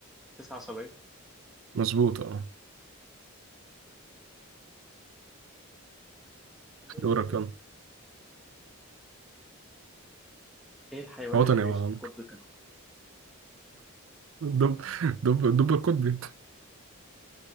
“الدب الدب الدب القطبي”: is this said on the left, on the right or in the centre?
Right